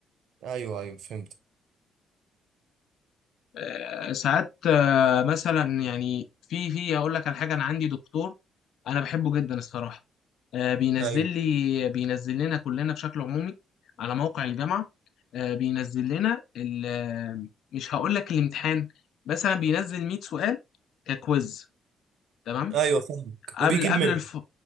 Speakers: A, on the right; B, on the left.
A: ايوه ايوه فهمت
B: آه، ساعات آه، مثلا يعني في في أقول لك على حاجة أنا عندي دكتور أنا بحبه جدا الصراحة آه، بينزل
A: ايوه
B: لي بينزل لنا كلنا بشكل عمومي على موقع الجامعة آه، بينزل لنا ال- آه، مش هقول لك الامتحان مثلا بينزل 100 سؤال ككويز تمام
A: ايوه فاهمك
B: قبل
A: وبيجيب
B: قبل
A: منه
B: الف